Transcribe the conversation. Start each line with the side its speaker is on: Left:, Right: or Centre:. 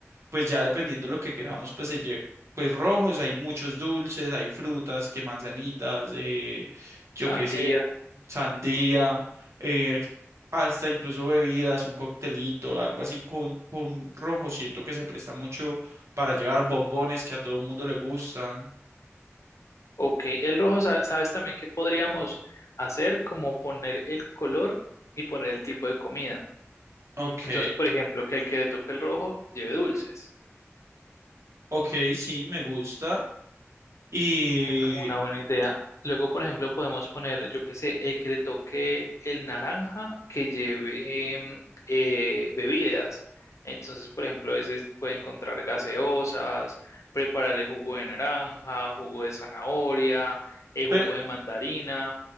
Right: pues ya dependiendo de lo que queramos, pues se lle- Pues rojos, hay muchos dulces, hay frutas, que manzanitas, eh, yo
Left: Sandía,
Right: qué sé, sandía, eh, hasta incluso bebidas, un coctelito, algo así con, con rojo. Siento que se presta mucho para llevar bombones que a todo el mundo le gustan.
Left: ok. El rojo, sa- ¿sabes también qué podríamos hacer? Como poner el color y poner el tipo de comida.
Right: Ok,
Left: Entonces, por ejemplo, que al que le toque el rojo lleve dulces.
Right: ok, sí, me gusta. Y,
Left: Es como una buena idea. Luego, por ejemplo, podemos poner, yo qué sé, el que le toque el naranja que lleve em, eh, bebidas. Entonces, por ejemplo, a veces puede encontrar gaseosas, prepararle jugo de naranja, jugo de zanahoria, el jugo
Right: pe-
Left: de mandarina.